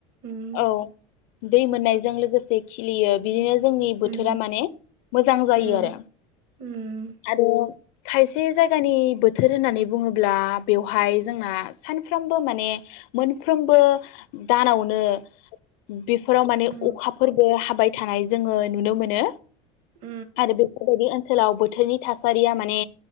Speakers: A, on the right; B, on the left.
A: उम
B: औ दै मोननायजों लोगोसे खिलियो बिदिनो जोंनि बोथोरा
A: उम
B: माने मोजां जायो
A: उम
B: आरो
A: उम
B: आरो खायसे जायगानि बोथोर होननानै बुङोब्ला बेवहाय जोंना सानफ्रोमबो माने मोनफ्रोमबो दानावनो बेफोराव माने
A: उम
B: अखाफोरबो हाबाय थानाय जोङो नुनो मोनो।
A: उम
B: आरो बेफोरबायदि ओ ओनसोलाव बोथोरनि थासारिया माने